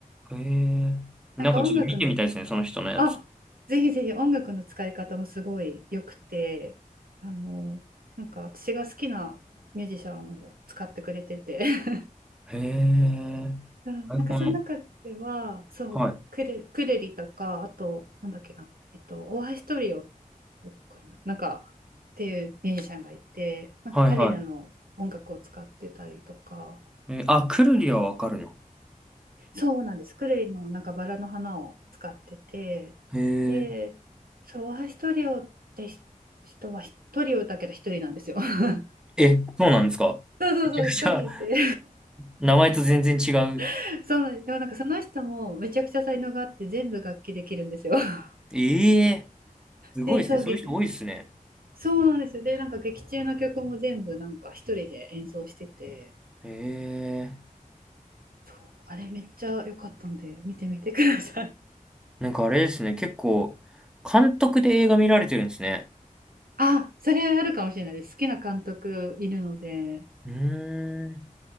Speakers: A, in the centre; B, on the right.
A: へえ。なんかちょっと見てみたいですね、
B: なんか音楽の、
A: その人のやつ。
B: あ、ぜひぜひ音楽の使い方もすごい良くて、あの、なんか私が好きなミュージシャンを使ってくれてて、<laughs>
A: へえ。
B: そうなんかその中では、
A: アイコン、
B: そう、
A: はい。
B: クレ、クレリとか、あと、なんだっけな、えっと、大橋トリオ、わかりますなんか、っていうミュージシャンがいて、なんか彼らの音楽を使ってたりとか、
A: はいはい。え、あ、くるりはわかるの。
B: そうなんです。クレイのなんかバラの花を使ってて、
A: へえ。
B: で、ソワヒトリオってひ人は一人をだけど一人なんですよ。<laughs>
A: え、そうなんですか。
B: そうそうそう、
A: めちゃくちゃ、
B: 一人で。
A: ん名前と全然違う。
B: <laughs> そうなんです。でもなんかその人もめちゃくちゃ才能があって全部楽器できるんですよ。<laughs>
A: ええ。すごいですね。
B: で、そう、
A: そういう人多いですね。
B: 劇、そうなんですよ。で、なんか劇中の曲も全部なんか一人で演奏してて、
A: へえ。
B: そう、あれめっちゃ良かったんで見てみてください。
A: なんかあれですね。結構、監督で映画見られてるんですね。
B: <laughs> あ、それあるかもしれないです。好きな監督いるので、
A: うーん。